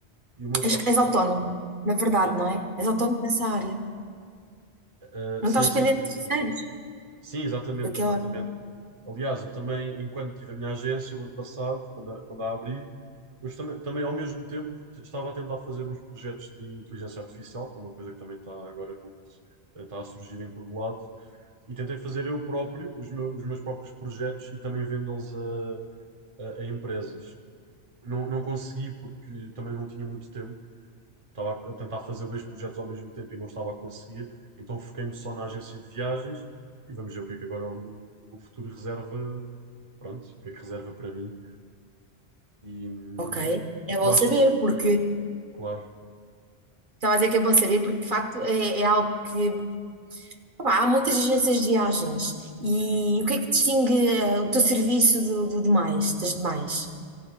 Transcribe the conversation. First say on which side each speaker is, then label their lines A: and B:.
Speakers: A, on the right (about 35°); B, on the right (about 50°).
A: E o meu sócio,
B: És, és
A: pá,
B: autónomo, na verdade,
A: exa-
B: não é? És autónomo nessa área.
A: eh,
B: Não
A: sim,
B: estás
A: sim,
B: dependente
A: sim,
B: de
A: sim.
B: terceiros,
A: Sim, exatamente,
B: o que
A: exatamente.
B: é ótimo.
A: Aliás, eu também, enquanto tive a minha agência, o ano passado, quando a, quando a abri, eu também, também, ao mesmo tempo, estava a tentar fazer uns projetos de inteligência artificial, que é uma coisa que também está agora muito, eh, está a surgir em todo lado, e tentei fazer eu próprio, os meus, os meus próprios projetos e também vendê-los a, a, a empresas. Não, não consegui porque também não tinha muito tempo, estava a tentar fazer dois projetos ao mesmo tempo e não estava a conseguir, então foquei-me só na agência de viagens e vamos ver o que é que agora o, o futuro reserva, pronto, o que é que reserva para mim. E, hum,
B: Ok,
A: e, e
B: é
A: tu
B: bom
A: achas,
B: saber, porque
A: claro,
B: Então, mas é que é bom saber, porque de facto é, é algo que. opá, há muitas agências de viagens. E o que é que distingue eh, o teu serviço do, do demais, das demais?